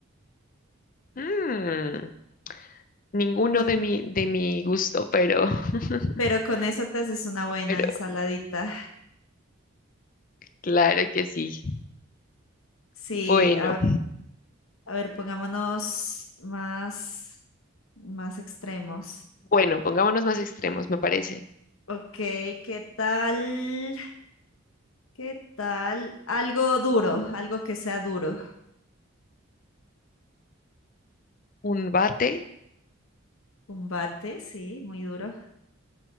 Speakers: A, on the left; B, on the left.
A: Mm, ninguno
B: Con-
A: de mi, de mi gusto, pero, <laughs>
B: pero con eso te haces una buena
A: pero
B: ensaladita.
A: claro que sí.
B: Sí,
A: Bueno,
B: a ver, a ver, pongámonos más, más extremos.
A: bueno, pongámonos más extremos, me parece.
B: Ok, ¿qué tal? ¿Qué tal? Algo duro, algo que sea duro.
A: Un bate,
B: Combate, sí, muy duro.